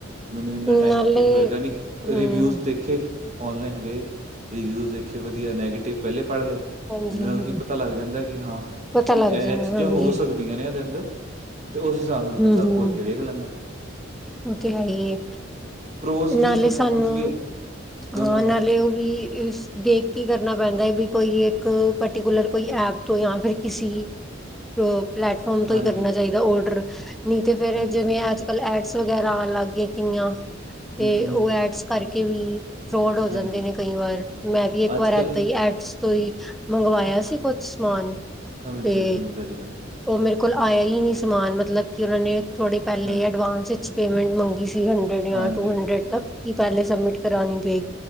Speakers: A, on the right; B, in the centre.
A: ਮੈਨੂੰ ਇੰਨਾ ਟਾਈਮ
B: ਨਾਲੇ
A: ਤੇ ਹੋਏਗਾ ਨਈਂ,
B: ਹੂੰ
A: ਰੀਵਿਊਜ਼ ਦੇਖੇ । ਔਨਲਾਈਨ ਗਏ, ਰਿਵਿਊਜ਼ ਦੇਖੇ, ਵਧੀਆ। ਨੈਗੇਟਿਵ ਪਹਿਲੇ ਪੜ੍ਹ ਲਏ,
B: ਹਾਂਜੀ
A: ਜਿਹਦੇ
B: ਹਾਂਜੀ
A: ਨਾਲ ਕਿ ਪਤਾ ਲੱਗ ਜਾਂਦਾ, ਕਿ ਹਾਂ!
B: ਪਤਾ
A: ਕਿ,
B: ਲੱਗ
A: ਇਹ
B: ਜਾਂਦਾ
A: ਚੀਜ਼ਾਂ
B: ਹਾਂਜੀ
A: ਹੋ ਸਕਦੀਆਂ ਨੇ । ਇਹਦੇ ਅੰਦਰ 'ਤੇ ਉਸ ਹਿਸਾਬ ਨਾਲ ਬੰਦਾ
B: ਹੂੰ ਹੂੰ
A: ਖੋਲਕੇ ਵੇਖ ਲੈਂਦਾ ।
B: ਉਹ ਤੇ, ਹੈਈਏ
A: ਪ੍ਰੋਜ਼ ਵੀ
B: ਨਾਲੇ
A: ਹੈ
B: ਸਾਨੂੰ
A: ਕੋਨਸ ਵੀ ਹੈ ਦੋਨੋ
B: ਹਾਂ,
A: ਨੇ
B: ਨਾਲੇ ਉਹ ਵੀ ਦੇਖਕੇ ਕਰਨਾ ਪੈਂਦਾ ਹੈ ਵੀ ਕੋਈ, ਇੱਕ ਪਰਟੀਕੁਲਰ ਕੋਈ ਐਪ ਤੋਂ ਜਾਂ ਫਿਰ ਕਿਸੀ ਪਲੈਟਫਾਰਮ ਤੋਂ,
A: ਹਾਂਜੀ
B: ਹੀ ਕਰਨਾ
A: ਹਾਂਜੀ
B: ਚਾਹੀਦਾ ਓਡਰ। ਨੀ ਤੇ ਫੇਰ
A: ਹਾਂਜੀ
B: ਜਿਵੇਂ ਅੱਜ-ਕਲ ਐਡ੍ਸ ਵਗੈਰਾ ਆਉਣ ਲੱਗ ਗਈਆ ਕਿੰਨੀਆਂ ਤੇ,
A: ਹੂੰ ਹੂੰ
B: ਉਹ ਐਡ੍ਸ ਕਰਕੇ ਵੀ ਫਰੋਡ ਹੋ
A: ਹਾਂਜੀ
B: ਜਾਂਦੇ ਨੇ ਕਈ ਵਾਰ।''ਮੈਂ ਵੀ ਇੱਕ
A: ਅੱਜ
B: ਵਾਰ
A: ਕੱਲ
B: ਏਦਾਂ ਹੀ ਐਡਸ ਤੋ, ਹੀ ਮੰਗਵਾਇਆ ਸੀ, ਕੁੱਛ ਸਮਾਨ?
A: ਸਮਝ
B: ਤੇ
A: ਗਿਆ, ਸਮਝ ਤੁਹਾਡੀ ਗੱਲ।
B: ਉਹ ਮੇਰੇ ਕੋਲ ਆਇਆ ਹੀ ਨਹੀਂ ਸਮਾਨ ਮਤਲਬ ਕਿ, ਉਹਨਾਂ ਨੇ ਥੋੜੇ ਪਹਿਲੇ
A: ਹਾਂ
B: ਐਡਵਾਂਸ ਵਿੱਚ ਪੇਮੈਂਟ ਮੰਗੀ ਸੀ। ਥ੍ਰੀ-ਹੰਡਰੇਡ ਯਾਂ,
A: ਹਾਂਜੀ
B: ਟੂ-ਹੰਡਰੇਡ
A: ਹਾਂਜੀ
B: ਤਕ। ਕਿ ਪਹਿਲੇ ਸਬਮੀਟ ਕਰਵਾਣੀ ਪੇ,